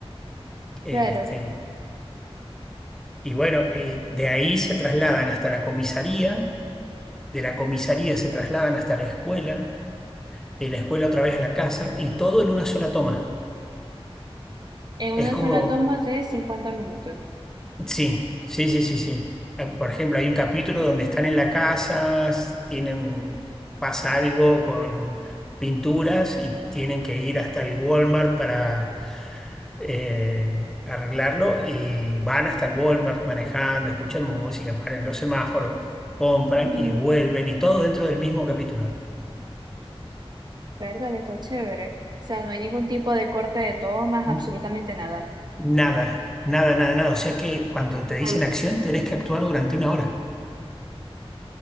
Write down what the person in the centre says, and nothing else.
Este,
Y bueno, eh, de ahí se trasladan hasta la comisaría, de la comisaría se trasladan hasta la escuela, de la escuela otra vez a la casa y todo en una sola toma.
Es como,
sí, sí, sí, sí, sí. Ah, Por ejemplo, hay un capítulo donde están en la casa, s- tienen, pasa algo con pinturas y tienen que ir hasta el Walmart para eh, arreglarlo y van hasta el Walmart manejando, escuchan música, paran en los semáforos, compran
y vuelven y todo dentro del mismo capítulo.
N-
Nada, nada, nada, nada. O sea que cuando te dicen
acción tenés que actuar durante una hora